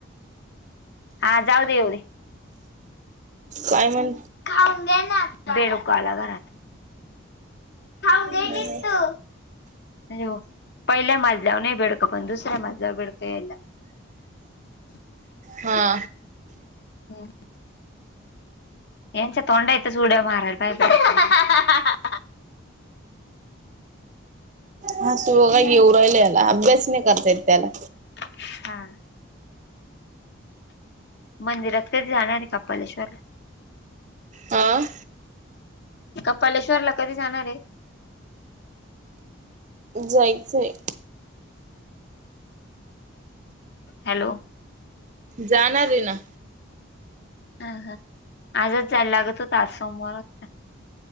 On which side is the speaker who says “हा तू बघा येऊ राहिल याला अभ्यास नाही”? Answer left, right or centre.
Right